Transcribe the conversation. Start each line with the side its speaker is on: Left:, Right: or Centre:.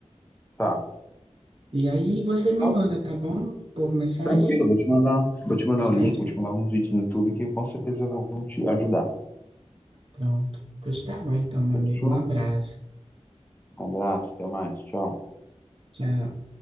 Left: Tá.
Right: E aí você me
Left: Não,
Right: manda, tá bom? Por mensagem?
Left: tranquilo, vou te mandar, vou te mandar
Right: Mensagem?
Left: um link, vou te mandar alguns vídeos no YouTube que com certeza vão te ajudar.
Right: Pronto. Pois tá bom, então, meu
Left: Fechou?
Right: amigo. Um abraço.
Left: Um abraço, até mais, tchau.
Right: tchau